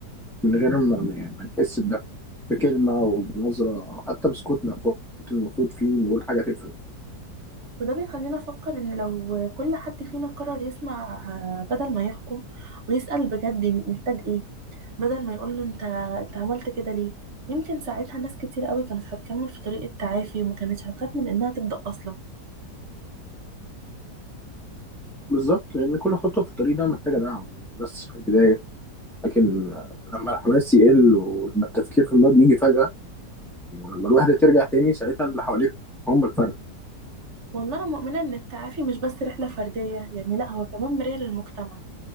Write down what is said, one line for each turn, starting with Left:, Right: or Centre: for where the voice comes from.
Centre: من غير ما ما- يعني ما نحس بده بكلمة أو بنظرة أو حتى بسكوتنا في وقت المفروض فيه نقول حاجة تفرق
Right: وده بيخلينا أفكر إن لو كل حد فينا قرر يسمع آه، بدل ما يحكم ويسأل بجد محتاج إيه بدل ما يقول له أنت أنت عملت كده ليه يمكن ساعتها ناس كتير قوي كانت هتكمل في طريق التعافي وما كانتش هتخاف من إنها تبدأ أصلا
Centre: بالظبط لأن كل خطوة في الطريق ده محتاجة دعم مش بس في البداية لكن لما الحماس يقل ولما التفكير في الماضي يجي فجأة ولما الوحدة ترجع تاني ساعتها اللي حواليك هم الفرق
Right: والله أنا مؤمنة إن التعافي مش بس رحلة فردية يعني لأ هو كمان مراية للمجتمع